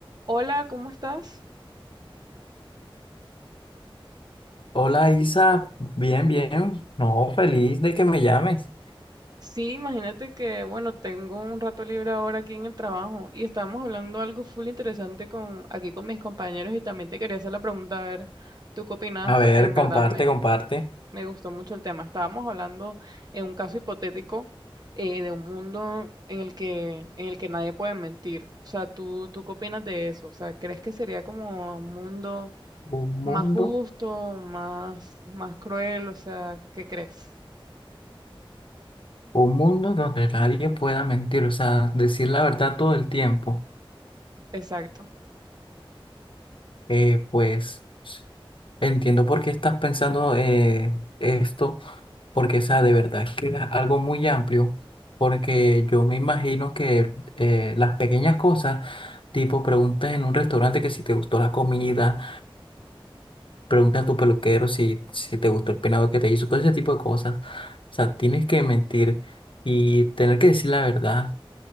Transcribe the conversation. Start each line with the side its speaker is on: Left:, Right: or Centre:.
Right: Hola, ¿cómo estás?
Left: Hola Isa, bien, bien. No, feliz de que me llames.
Right: Sí, imagínate que, bueno, tengo un rato libre ahora aquí en el trabajo y estábamos hablando algo full interesante con, aquí con mis compañeros y también te quería hacer la pregunta, a ver, ¿tú qué opinabas?
Left: A
Right: Porque
Left: ver,
Right: en
Left: comparte,
Right: verdad me,
Left: comparte.
Right: me gustó mucho el tema. Estábamos hablando en un caso hipotético eh, de un mundo en el que, en el que nadie puede mentir. O sea, ¿tú, tú qué opinas de eso? O sea, ¿crees que sería como un mundo
Left: Un
Right: más
Left: mundo,
Right: justo, más, más cruel? O sea, ¿qué crees?
Left: un mundo donde nadie pueda mentir, o sea, decir la verdad todo el tiempo.
Right: Exacto.
Left: Eh, pues entiendo por qué estás pensando eh, esto, porque, o sea, de verdad que es algo muy amplio, porque yo me imagino que eh, las pequeñas cosas, tipo preguntas en un restaurante que si te gustó la comida. Pregunta a tu peluquero si, si te gustó el peinado que te hizo, todo ese tipo de cosas. O sea, tienes que mentir y tener que decir la verdad.